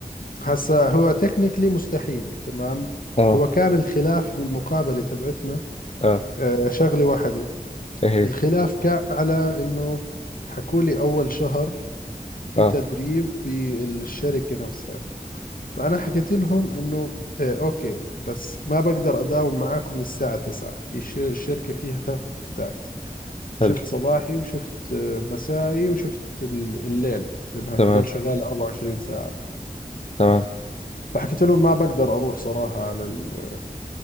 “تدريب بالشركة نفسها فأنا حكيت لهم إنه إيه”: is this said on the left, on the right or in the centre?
Left